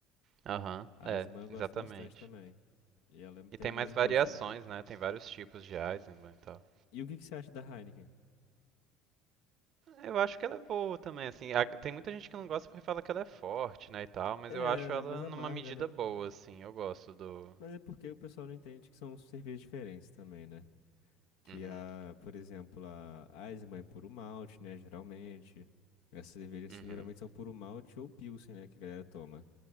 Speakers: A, on the right; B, on the left.
A: Aham,
B: A
A: é,
B: Eisenbahn eu gosto
A: exatamente.
B: bastante também. E ela
A: E
B: tem
A: tem mais
B: mais gosto,
A: variações,
B: né?
A: né? Tem vários tipos de Eisenbahn e tal.
B: E o que que você acha da Heineken?
A: Eu acho que ela é boa também, assim. a- Tem muita gente que não gosta porque fala que ela é forte, né, e tal, mas
B: É
A: eu acho ela
B: mais amarga,
A: numa medida
B: né?
A: boa, assim. Eu gosto do.
B: Mas é porque o pessoal não entende que são cervejas diferentes também, né? Que
A: Uhum,
B: a, por exemplo, a Eisenbahn é puro malte, né? Geralmente. Essas cervejas
A: uhum,
B: assim, geralmente são puro malte ou pilsen, né? Que a galera toma.